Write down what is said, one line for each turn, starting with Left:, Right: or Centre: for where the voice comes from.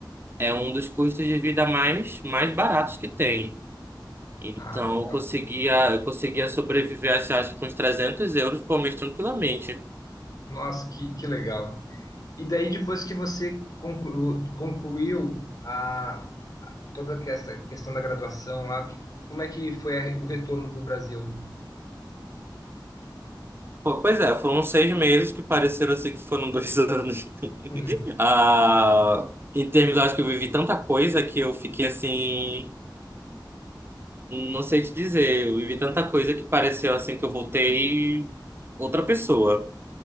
Right: é um dos custos de vida mais mais baratos que tem. Então,
Left: Ah, legal.
Right: eu conseguia, eu conseguia sobreviver, assim, acho que com uns 300 euros por mês tranquilamente.
Left: Nossa, que, que legal. E daí, depois que você conclu- concluiu a, toda essa questão da graduação lá, que, como é que foi a- o retorno para o Brasil?
Right: Pô, pois é, foram seis meses que pareceram assim que foram dois <laughs> anos.
Left: Uhum.
Right: Ah, em termos, eu acho que eu vivi tanta coisa que eu fiquei assim. Não sei te dizer, eu vivi tanta coisa que pareceu assim que eu voltei outra pessoa.